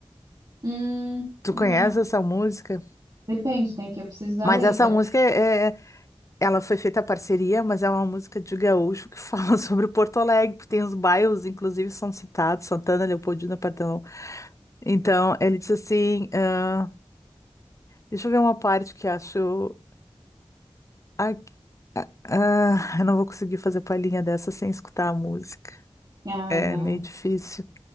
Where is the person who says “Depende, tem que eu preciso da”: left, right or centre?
Right